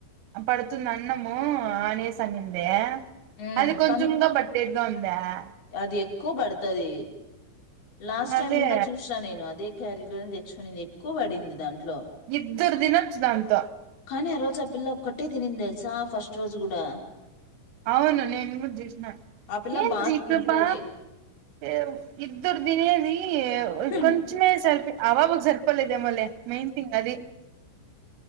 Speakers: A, on the right; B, on the left.
A: పడుతుంది అన్నమో ఆఊ ఆ నీసాంగందే
B: ఉమ్
A: అది కొంచముంగా
B: కానీ
A: బట్టేర్దా ఉ అ
B: అది ఎక్కువ పడుతది లాస్ట్
A: అదే
B: టైమ్ కూడా చూసిన నేను అదే క్యారీ లోని తెచ్చుకునిది ఎక్కువ పడింది దాంట్లో
A: ఇద్దర్ దిన చధాంత
B: కానీ ఆ రోజు ఆ పిల్ల ఒక్కటే తినింది తెలుసా ఫస్ట్ రోజు కూడా
A: అవును నేను గూడ చూసిన
B: ఆ పిల్ల
A: ఏంది
B: బాగా
A: ఇది
B: తింటది
A: సబ్బ ఏ ఇద్దరు దినేది
B: ఉమ్
A: కొంచమే సరిపి అవ వ సరిపల్ ఇద మళ మైయిన్ థింగ్ అది